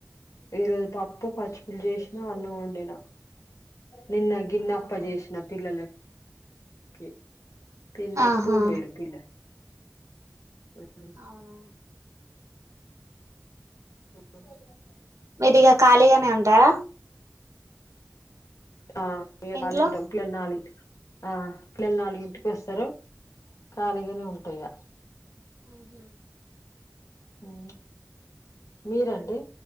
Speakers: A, on the left; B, on the right.
A: ఈరోజు పప్పు పచ్చి పల్ చేేష్ నుఅన్న వండిన నిన్న గిన్నెప్ప
B: ఆహా
A: చేసిన పిల్లలకు కి పిల్లకు
B: ఆహా
A: స్కూల్ మేరి పిల్ల అ <unintelligible>
B: అవునా
A: ఆ
B: మీరి ఇక ఖాళీగానే ఉంటార
A: ఆ ఇక ఖాళీగా
B: ఇంట్లో
A: ఉంటాం పిల్లలు నాలుగు ఆ పిల్లలు నాలుగింటికి వస్తారు ఖాళీగానే ఉంటా ఇగ
B: ఆహ
A: ఆ మీరండి